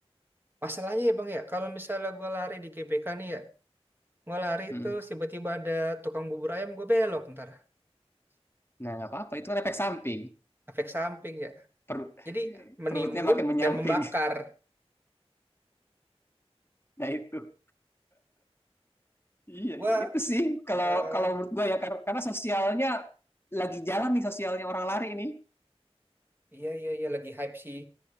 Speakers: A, on the right; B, on the left.
A: masalahnya ya, Bang, ya. Kalau misalnya gue lari di GBK nih ya, gue lari
B: Mm.
A: terus tiba-tiba ada tukang bubur ayam, gue belok ntar.
B: Nah, nggak apa-apa, itu kan efek samping.
A: efek samping ya.
B: Perut,
A: Jadi
B: <laughs>
A: menimbun
B: perutnya makin menyamping,
A: dan membakar.
B: <laughs> nah itu. Iya,
A: Gua
B: itu sih kalau
A: eh
B: kalau menurut gue ya kar- karena sosialnya lagi jalan nih sosialnya orang lari ini.
A: iya iya iya lagi hype sih